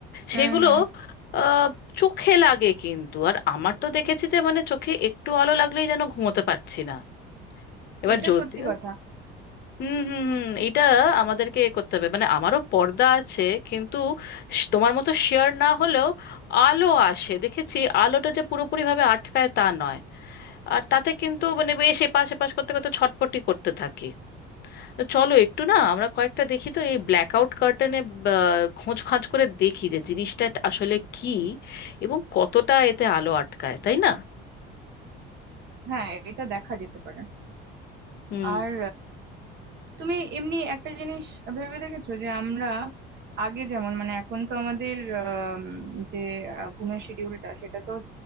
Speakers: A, on the right (about 55°); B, on the left (about 50°).
A: হুম
B: সেগুলো
A: হুম
B: আহ, চোখে লাগে কিন্তু আর আমার তো দেখেছি যে মানে চোখে একটু আলো লাগলেই যেন ঘুমোতে পারছি না এবার
A: এটা
B: যদিও
A: সত্যি কথা
B: হুম হুম হুম এটা আমাদেরকে এ করতে হবে মানে আমারও পর্দা আছে কিন্তু শ- তোমার মতো শেয়ার না হলেও আলো আসে দেখেছি আলোটা যে পুরোপুরি ভাবে আটকায় তা নয় আর তাতে কিন্তু মানে বেশ এপাশ এপাশ করতে করতে ছটপটি করতে থাকি তো চলো একটু না আমরা কয়েকটা দেখি তো এই ব্ল্যাক আউট কার্টেনে খোঁজ খাঁজ করে দেখি যে জিনিসটা আসলে কি এবং কতটা এতে আলো আটকায় তাই না
A: হ্যাঁ এটা দেখা যেতে পারে
B: হুম
A: আর তুমি এমনি একটা জিনিস ভেবে দেখেছো যে আমরা আগে যেমন মানে এখন তো আমাদের আম, যে আহ, ঘুমের শিডিউলটা সেটা তো